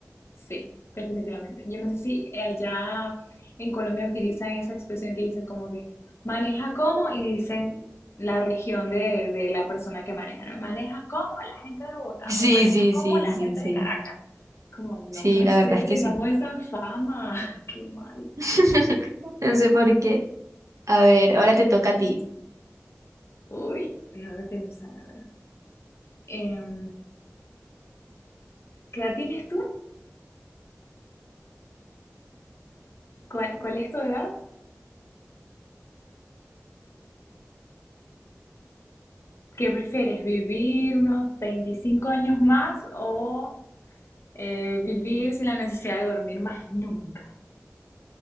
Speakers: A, on the left (about 50°); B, on the right (about 85°).
A: Sí, definitivamente. Yo no sé si allá en Colombia utilizan esa expresión que dice como que maneja como y dicen la región de, de la persona que maneja. ¿no? Maneja como la gente de Bogotá
B: Sí,
A: o maneja
B: sí,
A: como
B: sí,
A: la
B: sí,
A: gente
B: sí.
A: de Caracas. Como, no
B: Sí,
A: puede
B: la
A: ser
B: verdad
A: que
B: es que
A: tengamos
B: sí.
A: esa fama. <laughs> Qué mal.
B: <laughs> No sé por qué. A ver, ahora te toca a ti.
A: Uy, déjame pensar, a ver. Em, ¿qué edad tienes tú? ¿Cuál, cuál es tu edad? ¿Qué prefieres? ¿Vivir unos 25 años más o Eh, vivir sin la necesidad de dormir más nunca.